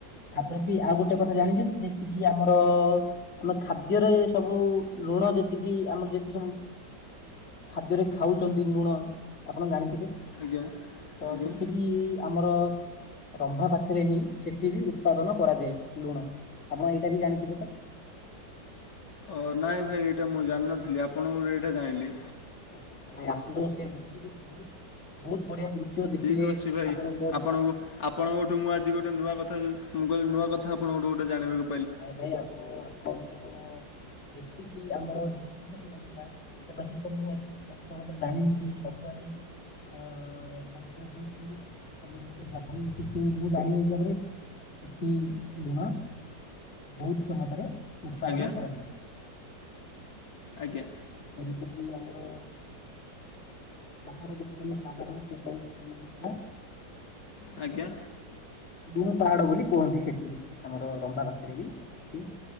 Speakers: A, on the left (about 40°); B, on the left (about 70°).
A: ତାପରେ ବି ଆଉ ଗୋଟେ କଥା ଜାଣିଚନ୍ତି ଯେତିକି ଆମର ଆମ ଖାଦ୍ୟରେ ସବୁ ଲୁଣ ଯେତିକି ଆମର ଯେତିକି ସବୁ ଖାଦ୍ୟରେ ଖାଉଚନ୍ତି ଲୁଣ, ଆପଣ ଜାଣିଥିବେ।
B: ଆଜ୍ଞା
A: ତ
B: ଆଜ୍ଞା
A: ସେଠ ବିି ଆମର ରମ୍ଭା ପାଖରେ ହିଁ ସେଠି ବି ଉତ୍ପାଦନ କରାଯାଏ। ଲୁଣ ଆପଣ ଏଇଟା ବି ଜାଣିଥିବେ ତ।
B: ହ ନାଇଁ ଭାଇ ଏଇଟା ମୁଁ ଜାଣିନଥିଲି, ଆପଣଙ୍କ ଠୁ ଏଇଟା ଜାଇଁଲି।
A: ଆ ଭାଇ ଆସନ୍ତୁ ସେ ଦୃଶ୍ୟ ବି ବହୁତ ବହୁତ ବଢିଆ ଦୃଶ୍ୟ ଦେଖିଲେ
B: ଠିକ୍ ଅଛି ଭାଇ
A: ଆପଣଙ୍କ
B: ଆପଣଙ୍କୁ ଆପଣଙ୍କଠୁ ମୁଁ ଆଜି ଗୋଟେ ନୂଆ କଥା ମୁଁ କହିଲି ନୂଆ କଥା। ଆପଣଙ୍କଠୁ ଗୋଟେ ଜଣିବାକୁ
A: ଆଇ ଭାଇ ଆପଣ ଆପଣ କଣ ଯେତିକି ଆମର ଯେତିକି ସବୁ ଓଡିଶା, ଓଡିଶା ବାସୀ ତ ମୁଁ ଏ ବର୍ଷା ହବ ଜାଣିଯିତି ସବୁଆଡେ <unintelligible> ସେଠ ଲୁଣ ବହୁତ କ୍ଷମତାରେ ଉତ୍ପାଦନ
B: ଆଜ୍ଞା
A: କରାଯାଏ।
B: ଆଜ୍ଞା।
A: ଯେମିତିକି ଆମର ପାହାଡ଼ କିଛିମ ପାହାଡ ସେଇଟା ଲୁଣ।
B: ଆଜ୍ଞା
A: ଗୁଁଣ ପାହାଡ ବୋଲି କୁହନ୍ତି ସେଠି। ଆମର ରମ୍ଭା ପାଖରେ ବି ସେଠି